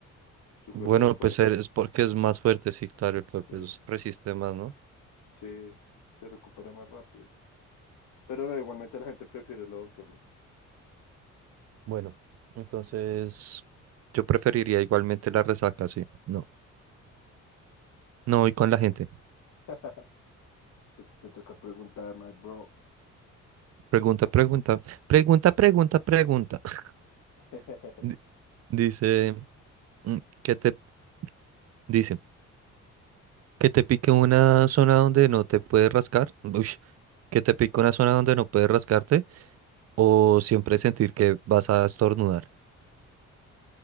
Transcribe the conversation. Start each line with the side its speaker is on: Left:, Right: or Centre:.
Left: Su
Right: Bueno,
Left: cuerpo es fuerte,
Right: pues ser- es porque es más fuerte, sí, claro, el cuerpo
Left: eh,
Right: es- resiste más, ¿no?
Left: se, se recupera más rápido. Pero no, igualmente la gente prefiere el odontólogo.
Right: Bueno, entonces yo preferiría igualmente la resaca, sí. No, no voy con la gente.
Left: <laughs> Te, te toca preguntar, my bro.
Right: Pregunta, pregunta, pregunta, pregunta, pregunta.
Left: <laughs>
Right: <laughs> Di- Dice, mm, que te, dice, que te pique una zona donde no te puedes rascar, ush, que te pique una zona donde no puedes rascarte, o siempre sentir que vas a estornudar.